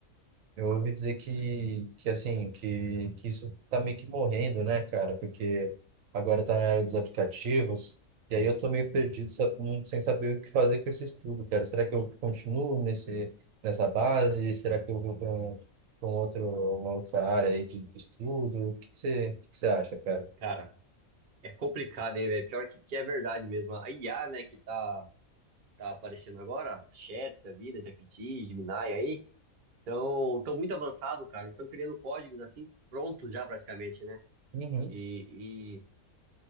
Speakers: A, on the right; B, on the right.
A: Eu ouvi dizer que, que assim, que, que isso tá meio que morrendo, né, cara? Porque agora tá na era dos aplicativos, e aí eu tô meio perdido, sabe, não- sem saber o que fazer com esse estudo, cara. Será que eu continuo nesse, nessa base? Será que eu vou para um, pra um outro, uma outra área aí de, de estudo? O que que você, o que que você acha, cara?
B: Cara, é complicado, hein, velho? Pior que, que é verdade mesmo. A IA, né, que tá, tá aparecendo agora, os chats da vida, GPT, Gemini aí, estão tão tão muito avançado, cara. Eles Estão criando códigos assim, prontos já praticamente, né?
A: Uhum.
B: E, e,